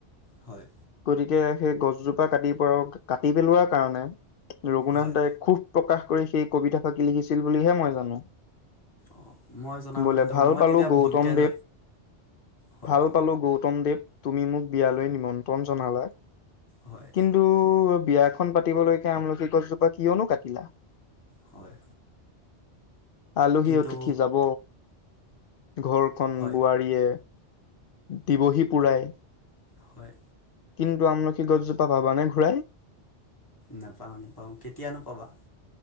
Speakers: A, on the left; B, on the left.
A: হয়।
B: গতিকে সেই গছজোপা কাটি পৰাও কাটি পেলোৱাৰ কাৰণে ৰঘুনাথদাই
A: হয়
B: খুব প্ৰকাশ কৰি সেই কবিতাফাকি লিখিছিল বুলিহে মই জানোঁ।
A: অঁ মই জনামতেতো
B: বোলে ভাল
A: মই
B: পালোঁ
A: তেতিয়া
B: গৌতম
A: ভুলকৈ
B: দেৱ,
A: জ হয়
B: ভাল পালোঁ, গৌতম দেৱ তুমি মোক বিয়ালৈ নিমন্ত্রণ জনালা।
A: হয়।
B: কিন্তু বিয়াখন পাতিবলৈকে আমলখি গছজোপা কিয়নো কাটিলা?
A: হয়।
B: আলহী
A: কিন্তু
B: অতিথি যাব, ঘৰখন
A: হয়
B: বোৱাৰীয়ে দিবহি পুৰায়।
A: হয়।
B: কিন্তু আমলখি গছজোপা পাবা নে ঘূৰাই?
A: নাপাওঁ, নেপাওঁ, কেতিয়ানো পাবা।